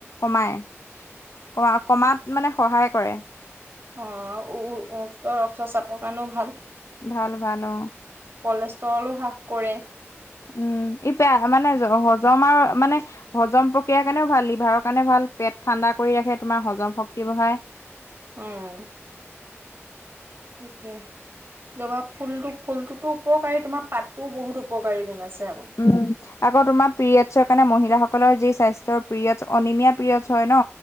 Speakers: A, on the left; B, on the right.
A: কমাই, কমা-কমাত মানে সহায় কৰে।
B: অ', আও উক্ত ৰক্তচাপ কাৰণেও ভাল।
A: ভাল, ভাল। অ'।
B: কলেষ্ট্ৰৰলো হ্ৰাস কৰে।
A: উম, <unintelligible> মানে হজম আৰু মানে হজম প্ৰক্ৰিয়াৰ কাৰণেও ভাল, লিভাৰৰ কাৰণে ভাল। পেট ঠাণ্ডা কৰি ৰাখে তোমাৰ হজম শক্তি বঢ়ায়।
B: অ'। তাকে। জবা ফুলোতো ফুলটোতো উপকাৰী তোমাৰ পাতটোও বহুত উপকাৰী গুণ আছে আকৌ
A: উম আকৌ, তোমাৰ পিৰিয়ডছৰ কাৰণে মহিলাসকলৰ যি স্বাস্থ্য পিৰিয়ডছ অনিমিয়া পিৰিয়ডছ হয় ন?